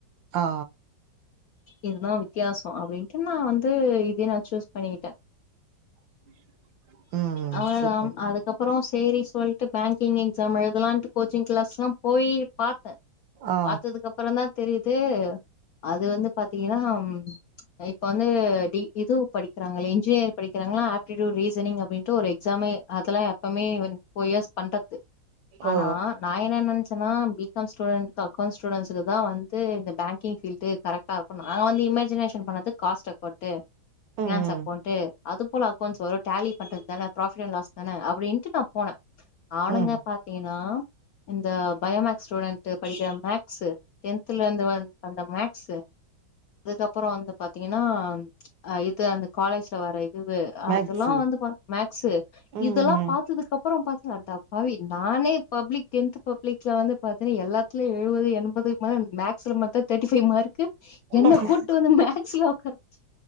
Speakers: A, on the right; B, on the left.
A: ஆ
B: இதுதான் வித்தியாசோ அப்டின்ட்டு நா வந்து இதே நான் சூஸ் பண்ணிக்கிட்டேன்
A: <inaudible>
B: அவ்ளோதான்
A: சூப்பர்
B: அம் அதுக்கப்பறோ சேரி சொல் ட்டு பாங்கிங் எக்ஸாம் எழுதலாம்ட்டு கோச்சிங் கிளாஸ்ல்லாம் போயி பார்த்த
A: ஆ
B: பாத்ததுக்கு அப்பறோ தான் தெரிது அது வந்து பாத்தீங்கன்னா எ இப்ப வந்து டி இது படிக்கிறாங்களே இன்ஜினியர் படிக்கிறாங்களா ஆப்டிடூட் ரீசனிங் அப்டின்ட்டு ஒரு எக்ஸாமே அதல்லாம் அப்பமே வந் ஃபோர் இயர்ஸ் பண்றத்து ஆனா
A: ஓ
B: நான் என்ன நனச்சன்னா பி காம் ஸ்டூடெண்ட் இந்த அக்கௌண்ட் ஸ்டூடெண்ட்ஸ்க்கு தான் வந்து இந்த பேங்க் கி ஃபீல்டு கரக்ட்டா இருக்கும் நான் வந்து இமாஜினேஷன் பண்ணது காஸ்ட போட்டு
A: ம்
B: ஃபினான்ஸ்
A: ம்
B: அக்கவுண்டு அது போல அக்கௌண்ட்ஸ் வரும் டாலி பண்றது தான ப்ராஃபிட் அன் லாஸ் தான அப்டின்ட்டு நான் போன அவனுங்க
A: ம்.
B: பாத்தீங்கன்னா இந்த பயோமேக்ஸ் ஸ்டூடெண்ட்டு படிக்கிற மேக்ஸ்சு டென்த்ல இருந்து வ வந்த மேக் ஸ்சு அதுக்கப்பறோ வந்து பாத்தீங்கன்னா அ இது அந்த காலேஜ்ல வர இதுவு
A: மேக்ஸு
B: அதெல்லாம் வந்து பாத் மேக்ஸ்சு
A: ம்
B: இதெல்லாம் பாத்ததுக் அப் பறோ பாத்தா அ தப்பாவே இ நானே பப்ளிக் டென்த் பப்ளிக்ல வந்து பாத்தன்னா எல்லாத் திலியு எழுவது எண்பது மேன் மேக்ஸ்ல மட்டும் தேட்டி பைவ் மார்க்கு என்ன
A: ம்.
B: கூட்டு வந்து மேக்ஸ்ல உக்கார வச்சி